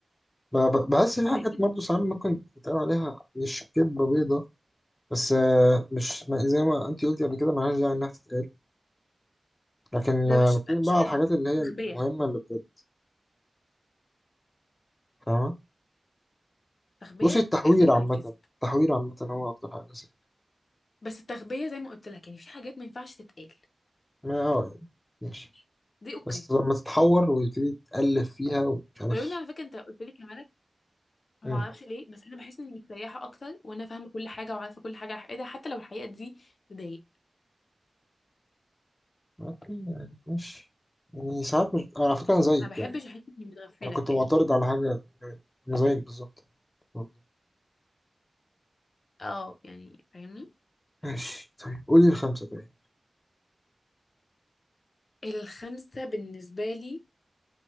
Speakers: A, on the left; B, on the left.
A: ب- ب- بحس في
B: ماشي
A: حاجات برضه ساعات ممكن يتقال عليها مش كدبة بيضة بس آه مش ما زي ما انت قلتي قبل كده ملهاش داعي انها تتقال لكن
B: ده
A: آه
B: مش
A: بتكلم
B: ده مش
A: بقى
B: كذب
A: على الحاجات اللي هي
B: تخبية
A: المهمة اللي بجد فاهمة
B: تخبية
A: بصي التحوير
B: يختلف
A: عامة
B: عن الكذب
A: التحوير عامة هو أكتر حاجة سيئة
B: بس التخبية زي ما قلت لك يعني في حاجات ما ينفعش تتقال
A: ما اه يعني ماشي
B: دي اوكي
A: بس لما تتحور ويبتدي تألف فيها ومش عارف
B: ولو ان على فكرة انت قلت لي كمان ما
A: مم.
B: اعرفش ليه بس انا بحس اني مستريحه اكتر وانا فاهمه كل حاجه وعارفه كل حاجه على حقيقتها حتى لو الحقيقه دي تضايق
A: اوكي يعني ماشي يعني ساعات مش على فكرة أنا زيك
B: ما بحبش
A: يعني
B: احس اني متغفله
A: انا كنت
B: فاهم
A: معترض على حاجه يعني، انا زيك بالظبط والله.
B: اه يعني فاهمني
A: ماشي طيب قولي الخمسه طيب
B: الخمسه بالنسبه لي